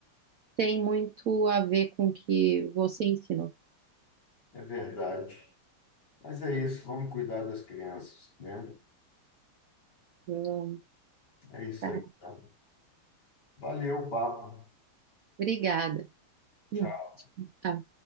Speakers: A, on the right; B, on the left.
A: tem muito a ver com o que você ensinou.
B: é verdade. Mas é isso, vamos cuidar das crianças, né?
A: Hum,
B: É isso
A: tá.
B: aí, então. Valeu o papo.
A: Obrigada. Hum,
B: Tchau.
A: tá.